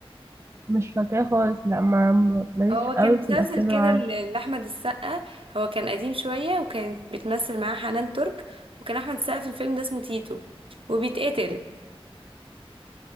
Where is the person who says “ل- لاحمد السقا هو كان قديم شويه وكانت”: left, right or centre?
Right